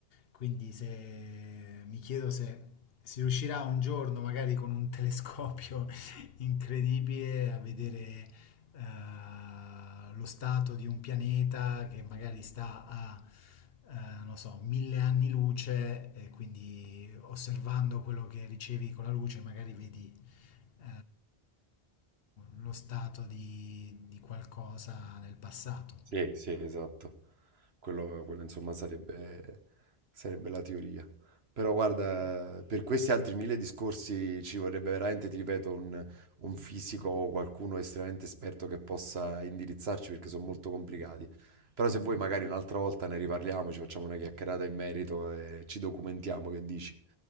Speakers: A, on the left (about 70°); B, on the right (about 80°).
A: quindi se mi chiedo se si riuscirà un giorno, magari con un telescopio <laughs> incredibile, a vedere eh, lo stato di un pianeta che magari sta a, eh, non so, mille anni luce, e quindi osservando quello che ricevi con la luce, magari vedi eh, lo stato di, di qualcosa nel passato.
B: Sì, sì, esatto. Quello, quello, insomma sarebbe, sarebbe la teoria. Però guarda, per questi altri mille discorsi ci vorrebbe veramente, ti ripeto, un, un fisico o qualcuno estremamente esperto che possa indirizzarci perché sono molto complicati. Però se vuoi magari un'altra volta ne riparliamo, ci facciamo una chiacchierata in merito e ci documentiamo, che dici?